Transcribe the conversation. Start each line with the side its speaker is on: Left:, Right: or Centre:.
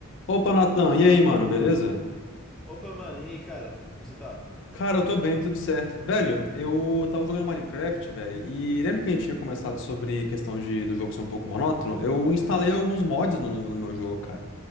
Left: Opa, Natan, e aí, mano, beleza?
Centre: Opa, mano, e aí, cara? Como você tá?
Left: Cara, eu tô bem, tudo certo. Velho, eu tava jogando Minecraft, velho, e lembra que a gente tinha começado sobre questão de, do jogo ser um pouco monótono? Eu instalei alguns mods no, no no meu jogo, cara.